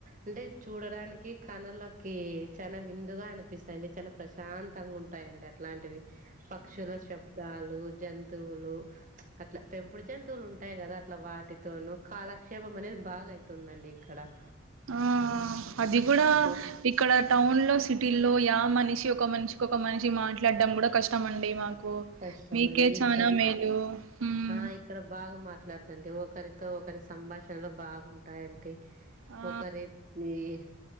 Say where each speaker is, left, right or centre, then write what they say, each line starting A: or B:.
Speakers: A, on the right; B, on the right.
A: అంటె చూడడానికి కనులకి చాన వింత వింత గా అనిపిస్తదండి చాలా ప్రశాంతంగ ఉంటాయండి అట్లాంటివి పక్షుల శబ్ద్ అడవు జంతువులు అట్ల పెంపుడు జంతువులు ఉంటయి కద అ వాటి తోను కాలక్షేప్ జేపం అనేది బాగా అయితుందండి ఇక్కడ <inaudible>
B: ఆ అది కూడ
A: ఓ
B: ఇక్కడ టౌన్ లో, సిటీ లో యా మనిషి ఒక మనిషికి ఒక మనిషి మాట్లాడడం కూడ కష్టమండి మాకు
A: కష్టమండి
B: మీకే చానా
A: ఇక్కడ
B: మేలు మ్మ్
A: ఆ ఇక్కడ బాగ మార్ మాట్లాడుతుంటె ఒకరితో ఒకరి సంభాషణలో బాగుంటాయండి
B: ఆ
A: ఒక రే ఇహ్